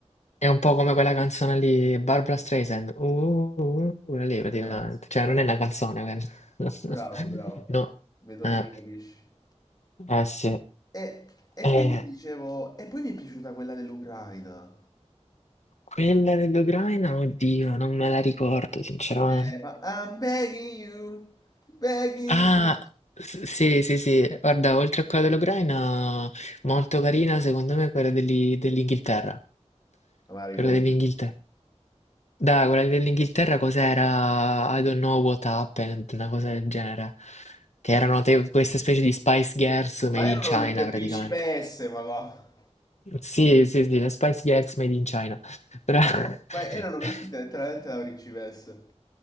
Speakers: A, on the left (about 70°); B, on the left (about 35°).
A: È un po' come quella canzone lì, Barbra Streisand. Uh, uh, uh, quella lì praticamente.
B: Esatto,
A: Cioè,
B: bravo,
A: non è una canzone quella.
B: bravo,
A: <laughs>
B: bravo.
A: No.
B: Vedo
A: Eh,
B: che mi capisci.
A: eh sì.
B: E, e
A: Eh,
B: quindi dicevo, e poi mi è piaciuta quella dell'Ucraina.
A: quella dell'Ucraina, oddio, non me la ricordo, sinceramente.
B: Eh, Ma- I'm begging you, begging
A: Ah,
B: you.
A: s- sì, sì, sì, guarda, oltre a quella dell'Ucraina, molto carina, secondo me, quella degli- dell'Inghilterra.
B: Ma me la ricordo.
A: Quella dell'Inghilterra. Dai, quella dell'Inghilterra cos'era? I don't know what happened, una cosa del genere. Che erano te- queste specie di Spice Girls made
B: Ma erano
A: in China,
B: le, le principesse,
A: praticamente.
B: ma va.
A: Sì, sì, sì, le Spice Girls made in China. Però- <laughs>
B: No, Ma erano vestite letteralmente da principesse.